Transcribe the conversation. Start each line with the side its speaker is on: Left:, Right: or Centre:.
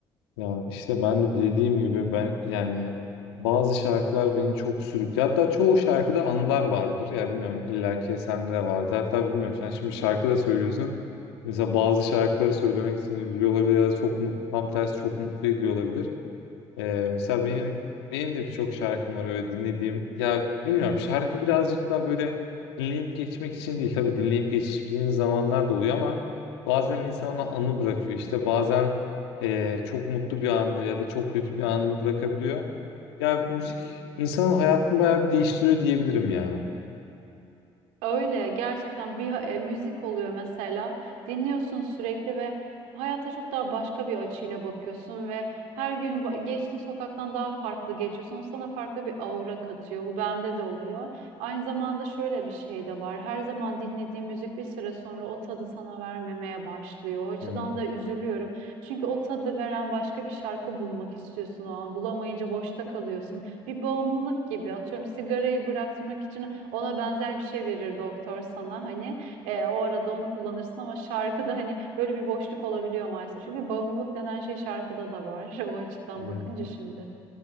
Left: Ya işte ben de dediğim gibi ben yani bazı şarkılar beni çok sürüklüyor. Hatta çoğu şarkıda anılar vardır. Ya bilmiyorum illaki sende de vardı. Hatta bilmiyorum sen şimdi şarkı da söylüyorsun. Mesela bazı şarkıları söylemek seni üzüyor olabilir ya da çok mutlu, tam tersi çok mutlu ediyor olabilir. Ee, mesela benim benim de birçok şarkım var öyle dinlediğim. Ya bilmiyorum şarkı birazcık daha böyle dinleyip geçmek için değil. Tabii dinleyip geçtiğin zamanlar da oluyor ama bazen insan ona anı bırakıyor. İşte bazen e, çok mutlu bir anını ya da çok kötü bir anını bırakabiliyor. Ya müzik insanın hayatını bayağı bir değiştiriyor diyebilirim ya.
Right: Öyle gerçekten bir ha- e, müzik oluyor mesela dinliyorsun sürekli ve hayata çok daha başka bir açıyla bakıyorsun ve her gün ba- geçtiğin sokaktan daha farklı geçiyorsun. O sana farklı bir aura katıyor. Bu bende de oluyor. Aynı zamanda şöyle bir şey de var. Her zaman dinlediğim müzik bir süre sonra o tadı sana vermemeye başlıyor. O açıdan
Left: Evet,
Right: da üzülüyorum. Çünkü o tadı veren başka bir şarkı bulmak istiyorsun o an. Bulamayınca boşta kalıyorsun. Bir bağımlılık gibi atıyorum sigarayı bıraktırmak için ona benzer bir şey verir doktor sana hani e, o arada onu kullanırsın ama şarkıda hani böyle bir boşluk olabiliyor maalesef. Çünkü bağımlılık denen şey şarkıda da var <laughs> o açıdan
Left: yani,
Right: bakınca şimdi.